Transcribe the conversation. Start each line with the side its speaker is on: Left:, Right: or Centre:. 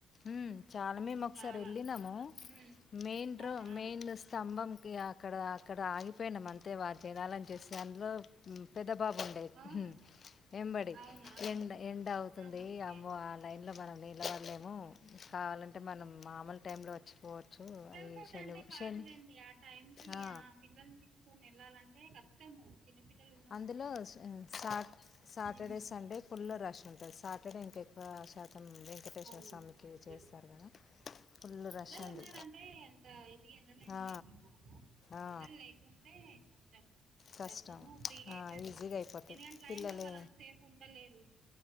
Left: ఉ చాలా మేము ఒకసారి
Right: చాలా
Left: వెళ్ళినాము
Right: ఉమ్
Left: మెయిన్
Right: అవునా
Left: రో మెయిన్ స్తంభం క అక్కడ అక్కడ ఆగిపోయిన అంతే వారు జనాలని చూసి అందులో పెద్ద బాబు ఉండే
Right: ఆహా
Left: వెంబడి
Right: అవునా
Left: ఎండ ఎండ అవుతుంది
Right: ఆహా ఓకే
Left: అమ్మో లైన్లో మనం నిలబడలేము కావాలంటే మనం మామూలు టైంలో వచ్చిపోవ చ్చు
Right: పిల్లలతోటి
Left: అ
Right: అంటే కాదులేండి
Left: శని
Right: ఆ టైంకి
Left: ఆ
Right: పిల్లల్ని తీసుకొని వెళ్లాలంటే కష్టము చిన్న పిల్లలు
Left: అందులో సా సాటర్డే
Right: హ్మ్
Left: సండే ఫుల్ రష్ ఉంటది సాటర్డే ఇంక ఎక్కువ శాతం వెంకటేశ్వర
Right: అవును
Left: స్వామికి
Right: నిజమే
Left: చేస్తారు కదా ఫుల్
Right: పిల్లలు
Left: రష్ ఉంది
Right: ఉన్నరంటే అంత ఎదిగి ఎల్లలేం
Left: ఆ,
Right: లెండి మనము
Left: ఆ,
Right: పిల్లలు లే ఉంటే కొంచెం
Left: కష్టం
Right: దర్శనము ఫ్రీగా
Left: ఆ,
Right: అయితది
Left: ఈజీగా అయిపోతాయి
Right: ఎందుకంటే లైన్
Left: పిల్లలు
Right: లో వాళ్ళ అంతసేఫ్ ఉండలేరు